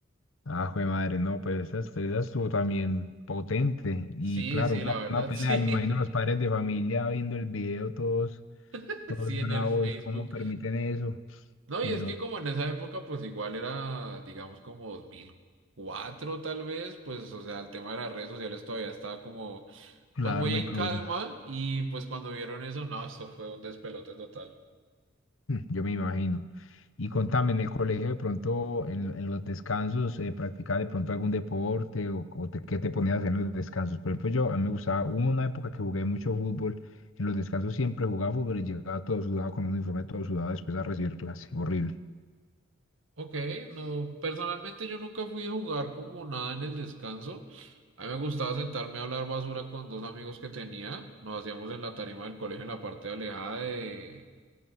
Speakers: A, on the left; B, on the right.
A: Ah, jue madre, no, pues esa, esa estuvo también potente. Y
B: Sí,
A: claro,
B: sí,
A: una,
B: la verdad,
A: una pelea,
B: <laughs> sí.
A: me imagino los padres de familia viendo el video, todos,
B: <laughs>
A: todos
B: Sí,
A: bravos,
B: en el Facebook.
A: cómo permiten eso.
B: No,
A: Pero
B: y es que como en esa época, pues igual era, digamos, como 2004 tal vez, pues, o sea, el tema de las redes sociales todavía estaba como,
A: claro,
B: pues muy
A: muy
B: en
A: crudo.
B: calma y pues cuando vieron eso, no, eso fue un despelote total.
A: Yo me imagino. Y contame, en el colegio de pronto, en, en los descansos, eh, ¿practicabas de pronto algún deporte o, o te- qué te ponías a hacer en los descansos? Por ejemplo, yo, a mí me gustaba, hubo una época que jugué mucho fútbol, en los descansos siempre jugaba fútbol y llegaba todo sudado con un uniforme todo sudado después a recibir clase, horrible.
B: Ok, no, personalmente yo nunca fui a jugar como nada en el descanso. A mí me gustaba sentarme a hablar basura con dos amigos que tenía. Nos hacíamos en la tarima del colegio en la parte alejada de